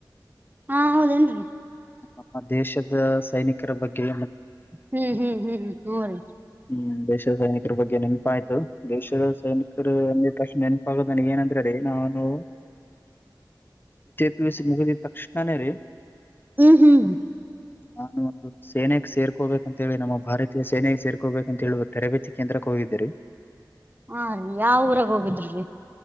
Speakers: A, on the right (about 25°); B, on the left (about 25°).
A: ಹಾ ಹೌದೇನ್ರಿ
B: ನಮ್ಮ ದೇಶದ ಸೈನಿಕರ ಬಗ್ಗೆ
A: ಹ್ಮ್ ಹ್ಮ್ ಹ್ಮ್ ಹ್ಮ್ ಹೋ ರೀ
B: ಹ್ಮ್ ದೇಶದ ಸೈನಿಕರ ಬಗ್ಗೆ ನೆನಪ ಆಯ್ತು ದೇಶದ ಸೈನಿಕರು ಅಂದ ತಕ್ಷಣ ನೆನಪಾಗಗೋ ನನಗ ಏನಂದ್ರೆ ರೀ ನಾನು ಪಿಯುಸಿ ಮುಗಿದಿದ ತಕ್ಷಣನೇ ರೀ
A: ಹ್ಮ್ ಹ್ಮ್
B: ನಾನು ಒಂದು ಸೇನೆಗೆ ಸೇರ್ಕೋಬೇಕಂತೇಳಿ ನಮ್ಮ ಭಾರತೀಯ ಸೇನೆಗೆ ಸೇರ್ಕೋಬೇಕಂತ ಹೇಳಿ ತರಬೇತಿ ಕೇಂದ್ರಕ್ಕೆ ಹೋಗಿದ್ದೆ
A: ಹಾ ರೀ ಯಾವ ಊರಾಗ ಹೋಗಿದ್ರಿ ರೀ